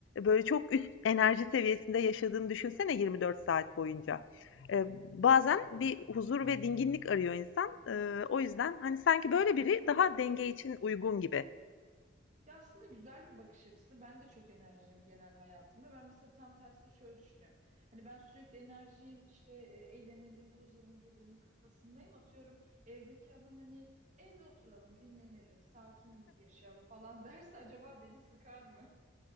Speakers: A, on the left (about 80°); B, on the right (about 40°).
A: böyle, çok üst enerji seviyesinde yaşadığını düşünsene 24 saat boyunca. E, bazen bir huzur ve dinginlik arıyor insan. E, o yüzden hani sanki böyle biri daha denge için uygun gibi.
B: Ya aslında güzel bir bakış açısı. Ben de çok enerjiyim genel hayatımda. Ben mesela tam tersi şöyle düşünüyorum. Hani ben sürekli enerjiyim, işte e, eğlenelim, tozalım, gezelim kafasındayım. Atıyorum evdeki adam hani evde oturalım, dinlenelim, sakin yaşayalım falan <laughs> derse acaba beni sıkar mı?